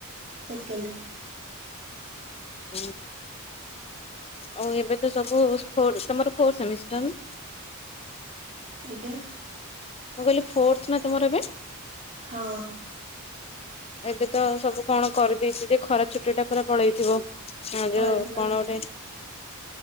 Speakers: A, on the right; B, on the left.
A: ସେକେଣ୍ଡ।
B: <inaudible> ଆଉ ଏବେ ତ ସବୁ ଫୋର୍ ତମର ଫୋର୍ ସେମିଷ୍ଟର ନା
A: ଆଜ୍ଞା।
B: ମୁଁ କହିଲି ଫୋର୍ଥ ନା ତମର ଏବେ?
A: ହଁ।
B: ଏବେ ତ ସବୁ କଣ କରିଦେଇଛି ଯେ ଖରା ଛୁଟି ଟା ପୁରା ପଳେଇଥିବ। ହଁ ଯୋଉ
A: ପଳେଇଥିଲା
B: କଣ ଗୋଟେ